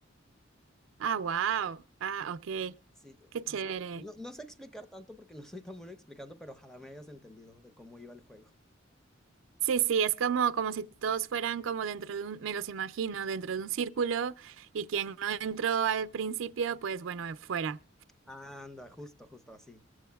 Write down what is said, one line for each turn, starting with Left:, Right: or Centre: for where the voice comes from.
Right: Ah, wow. Ah, ok.
Centre: Sí,
Right: Qué chévere.
Centre: no, no sé explicar tanto porque no soy tan bueno explicando, pero ojalá me hayas entendido de cómo iba el juego.
Right: Sí, sí, es como, como si todos fueran como dentro de un, me los imagino, dentro de un círculo y quien no entró al principio, pues bueno, fuera.
Centre: Anda, justo, justo así.